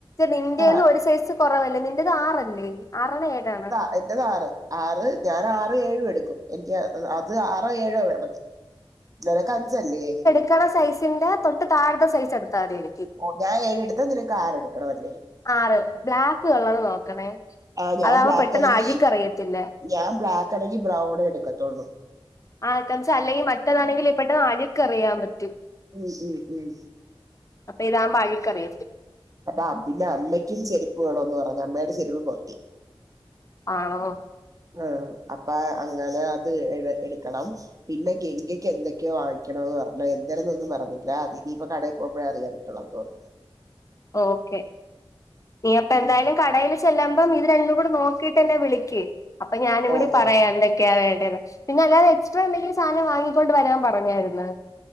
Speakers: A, on the left; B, on the right.
A: നിന്റെന്ന്
B: ആ
A: ഒരു സൈസ് കുറവല്ലേ നിന്റെത് ആറല്ലേ ആറണ ഏഴാണ
B: അയിന്റെ കാർ ആറ് ഞാൻ ആറ് ഏഴും എടുക്കും എനിക്ക് അത് ആറോ ഏഴോ വേണം <unintelligible> ഹജ്ജ് അല്ലേ
A: ഇക്കാടെ സൈസിന്റെ തൊട്ട് താഴത്തെ സൈസ് എടുത്താ മതി എനിക്ക്
B: ഓ ഞൻ ഏഴ്ടുത്താ നിനക്ക് കാർടുക്കണംമല്ലേ
A: ആറ് ബ്ലാക്ക് കളർ നോക്കണേ
B: ആ ഞാൻ
A: അതാവുമ്പൊ
B: ബ്ലാക്ക്
A: പെട്ടെന്ന്
B: അല്ലെങ്കിൽ
A: അഴുക്ക് അറിയത്തില്ല
B: ഞാൻ ബ്ലാക്ക് അല്ലങ്കിൽ ബ്രൗണ് എടുക്കത്തുള്ളൂ
A: ആഹ് കാ അല്ലെങ്കിൽ മറ്റേതാണെങ്കിൽ പെട്ടെന്ന് അഴുക്ക്റിയാൻ പറ്റും
B: ഉം ഉം ഉം
A: അപ്പൊ ഇതാകുമ്പോൾ അഴുക്ക് അറിയത്തില്ല
B: അപ്പൊ പിന്നെ അമ്മയ്ക്കും ചെരുപ്പ് വേണന്ന് പറഞ്ഞ അമ്മയുടെ ചെരുപ്പും പൊട്ടി
A: ആണോ
B: ആഹ് അപ്പൊ അങ്ങനെ അത് എ എടുക്കണം പിന്നെ ഗംഗയ്ക്ക് എന്തൊക്കെയോ വാ ങ്ങിക്കണോ എന്ന് പറഞ്ഞോ എന്തേെന്നൊന്നും പറഞ്ഞില്ല അത് ഇനിയിപ്പ കടയിൽ പോകുമ്പഴേ അറിയാമേ <unintelligible>
A: ഓക്കെ നീ അപ്പ എന്തായാലും
B: ഉം
A: കടേൽ ചെല്ല്പം ഇത് രണ്ടും കൂടെ നോക്കീട്ട്ന്നെ വിളിക്കക്ക് അപ്പൊ ഞാനും കൂടി
B: ഓ
A: പറയാ
B: ഓ
A: ക്കെയ വേണ്ടത് പിന്ന അല്ലാതെ എക്സ്ട്രാ എന്തെങ്കിലും സാധനം വാങ്ങിക്കൊണ്ട് വരാൻ പറഞ്ഞായിരുന്നു